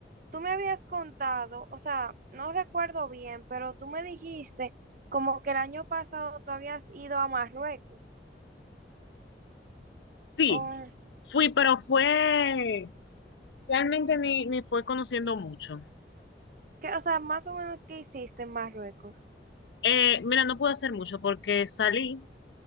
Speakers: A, on the right (about 45°); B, on the left (about 85°).
A: tú me habías contado, o sea, no recuerdo bien, pero tú me dijiste como que el año pasado tú habías ido a Marruecos.
B: Sí,
A: O,
B: fui, pero fue, realmente ni, ni fue conociendo mucho.
A: que, o sea, más o menos qué hiciste en Marruecos.
B: Eh, mira, no pude hacer mucho porque salí,